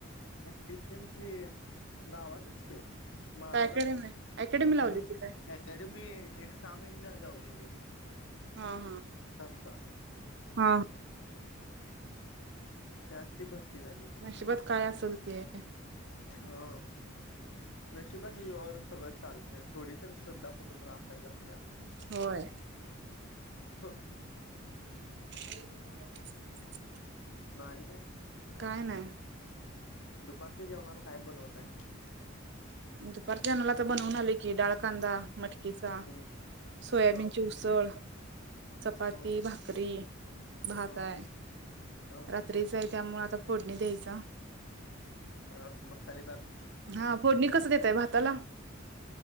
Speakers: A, on the left (about 70°); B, on the right (about 55°).
A: फिस किन ती गावातच की महालात
B: काय अकॅडमी अकॅडमी
A: <inaudible>
B: लावली होती काय
A: अकॅडमी एक सहा महिने कितींदा लावलेली.
B: हा हा
A: का?
B: हा.
A: जाती ब झाली
B: नशिबात काय असेल ते
A: हो. नशिबाच्या जीवावर सगळ चालत नाही थोडी तर श्रद्धा कुठतरी असायला लागत्या.
B: होय.
A: हो.
B: <unintelligible>
A: मग आणि काय.
B: काय नाई.
A: दुपारचे जेवणाला काय बनवताय.
B: दुपारच्या जेवणाला आता बनवून आलो की डाळकांदा मटकीचा
A: हम्म
B: सोयाबीन
A: ह
B: ची उसळ चपाती
A: ह
B: भाकरी भात
A: ह
B: आहे
A: ह
B: रात्री चां त्यामुळे आता फोडणी द्यायच.
A: हा मग साली बाात-
B: हा फोडणी कसं देताय भाताला